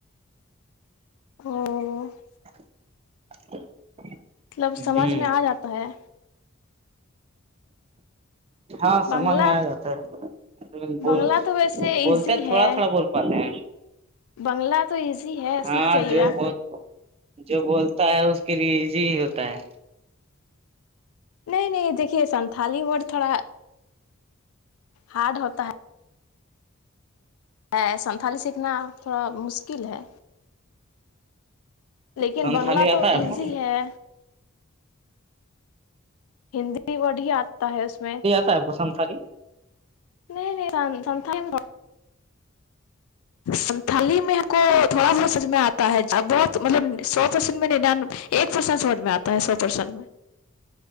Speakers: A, on the left; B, on the right.
A: اور
B: <inaudible>
A: مطلب
B: ہیں
A: سمجھ میں
B: ہ
A: آ جاتا ہے
B: ہاں
A: بنگلہ
B: سمجھ میں آ جاتا ہے لیکن ب
A: بنگلہ تو ویسے ایزی
B: بولتے ہیں تھوڑا
A: ہے
B: تھوڑا بول پاتے ہیں
A: بنگلہ تو ایزی ہے
B: ہاں
A: سیکھ جائیے
B: جو
A: گا
B: بول جو بولتا ہے اس کے لی ایجی ہی ہوتا ہے
A: نہیں نہیں دیکھیے سنتھالی ورڈ تھوڑا ہارڈ ہوتا ہے ہے سنتھالی سیکھنا تھوڑا مشکل ہے لیکن
B: سنتھالی
A: بنگلہ
B: آتا
A: تو
B: ہے آپ
A: ایزی
B: کو
A: ہے ہندی ورڈ ہی آتا ہے اس میں
B: س آپ کو سانتالی
A: نہیں نہیں سانال میں سانتالی میں ہے کو تھوڑا بہت سمج میں آتا ہے بہت مطلب سو پرسینٹ میں نان ایک پرسینٹ سمج میں آتا ہے سو پرسینٹ میں